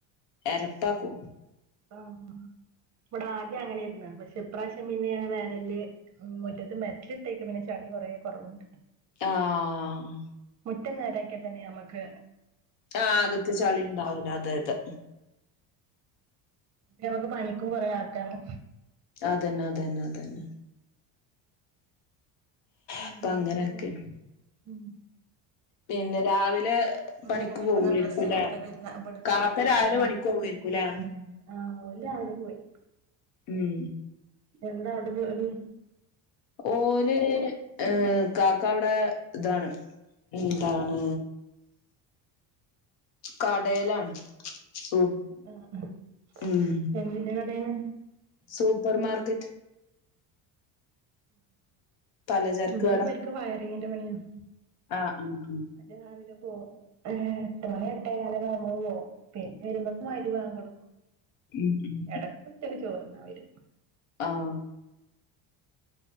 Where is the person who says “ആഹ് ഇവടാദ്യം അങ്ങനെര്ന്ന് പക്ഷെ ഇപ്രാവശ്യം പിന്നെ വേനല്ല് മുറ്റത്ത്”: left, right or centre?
Right